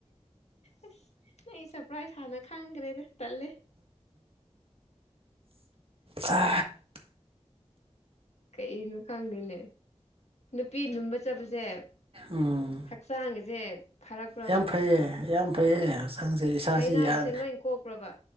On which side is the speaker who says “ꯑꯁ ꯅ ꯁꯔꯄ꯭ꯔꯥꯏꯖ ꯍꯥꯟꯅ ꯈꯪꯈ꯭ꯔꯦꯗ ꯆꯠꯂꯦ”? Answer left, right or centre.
Left